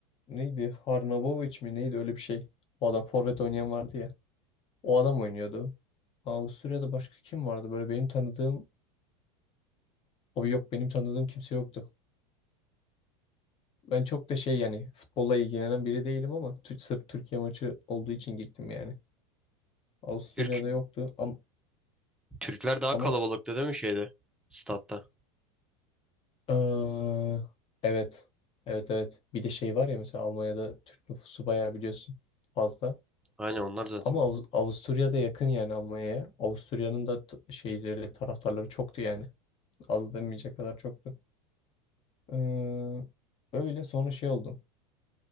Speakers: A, on the left; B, in the centre.
A: neydi? Harnavovic mi? Neydi öyle bir şey. O adam forvet oynayan vardı ya. O adam oynuyordu. Avusturya'da başka kim vardı? Böyle benim tanıdığım o yok benim tanıdığım kimse yoktu. Ben çok da şey yani futbolla ilgilenen biri değilim ama Tü- sırf Türkiye maçı olduğu için gittim yani. Avusturya'da
B: Türk
A: yoktu ama,
B: Türkler daha
A: ama
B: kalabalıktı değil mi şeyde? Statta.
A: Aa, evet. Evet evet. Bir de şey var ya mesela Almanya'da Türk nüfusu bayağı biliyorsun fazla.
B: Aynen onlar zaten.
A: Ama Av- Avusturya'da yakın yani Almanya'ya. Avusturya'nın da t- şeyleri, taraftarları çoktu yani. Az demeyecek kadar çoktu. Ee, öyle sonra şey oldum.